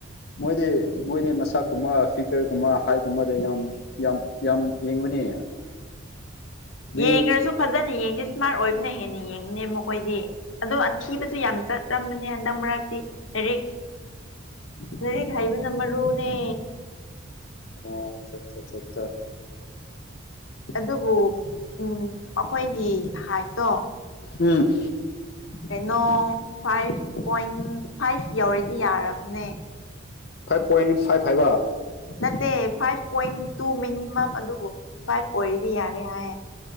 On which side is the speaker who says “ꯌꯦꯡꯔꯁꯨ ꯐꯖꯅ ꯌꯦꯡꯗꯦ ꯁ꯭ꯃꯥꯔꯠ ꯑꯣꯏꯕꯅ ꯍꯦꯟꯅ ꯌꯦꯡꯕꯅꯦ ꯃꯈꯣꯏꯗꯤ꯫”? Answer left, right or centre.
Left